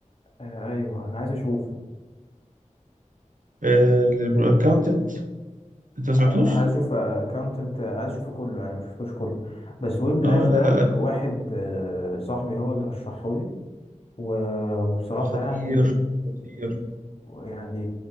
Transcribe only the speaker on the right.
الاكاونتنت انت ما سمعتوش؟
اه
لا لا لا
خطير
خطير